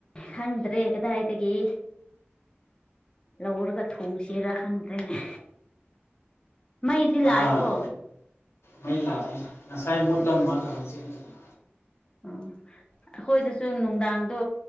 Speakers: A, on the left (about 20°); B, on the left (about 80°).
A: ꯈꯪꯗ꯭ꯔꯦ ꯀꯗꯥꯏꯗꯒꯤ ꯂꯧꯔꯒ ꯊꯣꯡꯁꯦꯔꯥ ꯈꯪꯗ꯭ꯔꯦꯅꯦ ꯃꯩꯗꯤ
B: ꯑꯥ
A: ꯂꯥꯛꯏꯀꯣ
B: ꯃꯩ ꯂꯥꯛꯑꯦ ꯉꯥꯁꯥꯏ ꯃꯨꯠꯂꯝꯃꯒꯥ ꯑꯃꯨꯛ ꯂꯥꯛꯑꯦ
A: ꯑꯣ ꯑꯩꯈꯣꯏꯗꯁꯨ ꯅꯨꯡꯗꯥꯡꯗꯣ